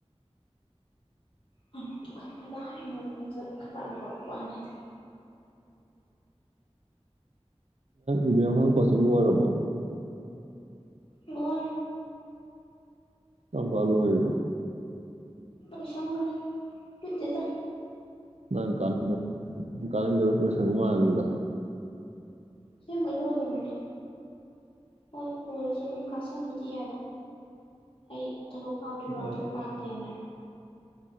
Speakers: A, on the left; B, on the right.
A: ꯃꯥꯏ ꯃꯇꯨ ꯀꯥꯏꯅꯔꯥ ꯂꯛ ꯑꯩꯉꯣꯟꯗꯥ ꯑꯣꯟꯖꯜꯂꯥ ꯈꯠꯅꯕꯥ ꯍꯧ ꯄꯅꯤꯗ
B: ꯏꯕꯤ ꯍ ꯄꯤꯡꯝꯕꯒ ꯔꯔꯕꯣ
A: ꯚꯣꯔ
B: ꯆꯝ ꯀꯜ ꯑꯣꯏ ꯑꯣꯏꯔꯤꯕ
A: ꯩꯁꯪ꯭ꯔ ꯖꯗꯕ
B: ꯅꯪ ꯀ ꯀ ꯁꯪꯃꯥꯟ ꯃꯒ
A: ꯁꯤꯕ ꯂ ꯑꯣꯏꯖꯕꯅꯦ ꯍꯣꯏ ꯂꯣꯏꯔꯁꯨ ꯑꯗꯨꯝ ꯀꯥꯁꯟꯕ ꯌꯥꯔꯀꯣ ꯑꯩ ꯊꯕꯛ ꯐꯥꯎꯗ꯭ꯔꯤꯕꯥ
B: ꯅꯪ
A: ꯑꯗꯨꯝ ꯂꯥꯛꯀꯦꯅ